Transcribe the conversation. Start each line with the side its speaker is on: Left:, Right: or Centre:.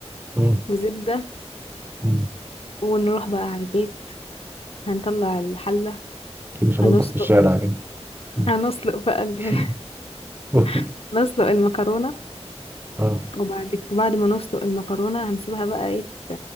Right: مم.
Left: وزبدة
Right: مم.
Left: ونروح بقى على البيت هنطلع الحلة
Right: أكيد مش هنطبخ
Left: هنسلق
Right: في الشارع يعني مم.
Left: هنسلق بقى ال...
Right: <laughs> قولي
Left: <laughs> نسلق المكرونة
Right: اه
Left: وبعد بعد ما نسلق المكرونة هنسيبها بقى ايه ت-